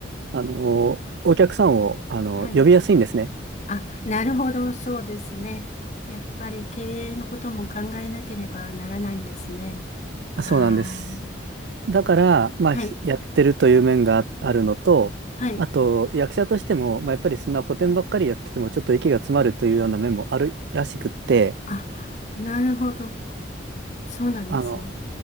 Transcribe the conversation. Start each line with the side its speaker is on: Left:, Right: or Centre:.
Right: あの、お客さんを、あの、
Left: はい。
Right: 呼びやすいんですね。
Left: あ、なるほど、そうですね。やっぱり経営のことも考えなければならないんですね。はあ、
Right: そうなんです。だから、まあ、
Left: はい、
Right: しやってるという面がああるのと、
Left: はい。
Right: あと役者としても、まあ、やっぱりそんな古典ばっかりやっててもちょっと息が詰まるというような面もあるらしくって、
Left: あ、なるほど。そうなんですね。
Right: あの、